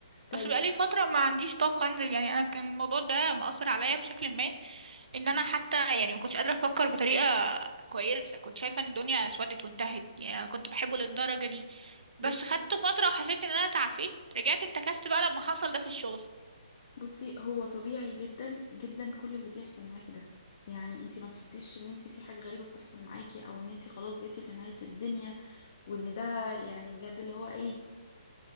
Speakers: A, on the left; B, on the right.
A: طيب
B: بس بقالي فتره ما عنديش طاقه انزل يعني انا كان الموضوع ده مأثر عليا بشكل ما ان انا حتى يعني ما كنتش قادره افكر بطريقه كويسه كنت شايفه ان الدنيا اسودت وانتهت يعني انا كنت بحبه للدرجه دي بس
A: بصي
B: خدت فتره وحسيت ان انا تعافيت رجعت انتكست بقى لما حصل ده في الشغل
A: بصي هو طبيعي جدا جدا كل اللي بيحصل معاكي ده يعني انتي ما تحسيش ان انتي في حاجة غريبة بتحصل معاكي او ان انتي خلاص بقيتي في نهاية الدنيا وان ده يعني بجد اللي هو ايه